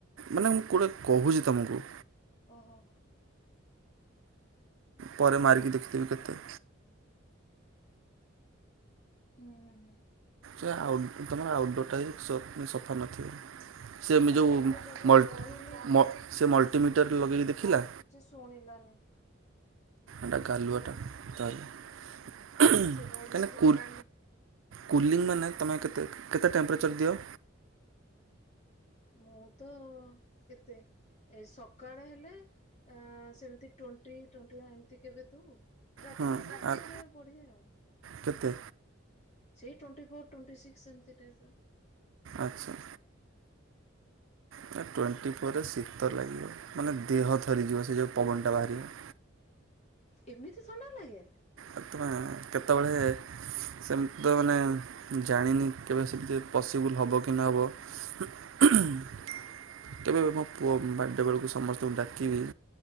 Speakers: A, on the right; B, on the left.
A: ମାନେ ମୁଁ କୋଁଟେ କହୁଛି ତମକୁ।
B: ଓହୋ।
A: ପରେ ମାରିକି ଦେଖିଥିବି କେତେ?
B: ହୁଁ ହୁଁ ହୁଁ।
A: ଏ ଆଉଟ ତମର ଆଉଟ୍ ଡୋର୍ ଟା ବି ସ ସଫା ନଥିବ। ସେମି ଯଉ
B: ମୁଁ ତ ତାକୁ
A: ମଲଟ୍
B: କହିଲି
A: ମ ସେ ମଲ୍ଟିମିଟର ଲଗେଇକି ଦେଖିଲା?
B: ଶୁଣିିଲାନି।
A: ଆଟା ଗାଲୁଆଟା ତାହଲେ
B: ସେ କହିଲା
A: କାନ
B: କି
A: କୁଲ୍
B: ନାଇଁ
A: କୁଲିଙ୍ଗ ମାନେ ତମେ କେତେ କେତେ ଟେମ୍ପରେଚର୍ ଦିଅ?
B: ମୁଁ ତ କେତେ? ଏ ସକାଳ ହେଲେ ଏଁ ସେମିତି ଟ୍ୱେଣ୍ଟି ଟ୍ୱେଣ୍ଟିଆ ଏମିତି କେବେ ଦେଉ। ରାତି
A: ହଁ
B: ହେଲେ ଆଉ
A: ଆର୍
B: ଟିକେ ବଢ଼େ ଆଉ।
A: କେତେ
B: ସେଇ ଟ୍ୱେଣ୍ଟି ଫୋର୍ ଟ୍ୱେଣ୍ଟି ସିକ୍ସ ଏମିତି ଟାଇପ୍ର
A: ଆଚ୍ଛା! ନା ଟ୍ୱେଣ୍ଟି ଫୋରରେ ଶୀତ ଲାଗିବ ମାନେ ଦେହ ଥରିଯିବ ସେ ଯେଉଁ ପବନଟା ବାହାରିବ।
B: ଏମିତି ଥଣ୍ଡା ଲାଗେ?
A: ଆଉ ତମେ କେତେବେଳେ ସେମିତି ତ ମାନେ ଜାଣିନି କେବେ ସେମିତି ପସିବୁଲ୍ ହେବ କି ନହବ? <inaudible> କେବେ ମୋ ପୁଅ ବାର୍ଡ଼େ ବେଳକୁ ସମସ୍ତଙ୍କୁ ଡାକିବି।